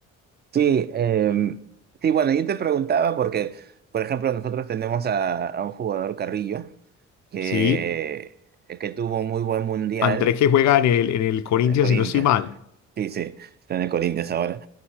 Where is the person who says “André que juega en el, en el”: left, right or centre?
Left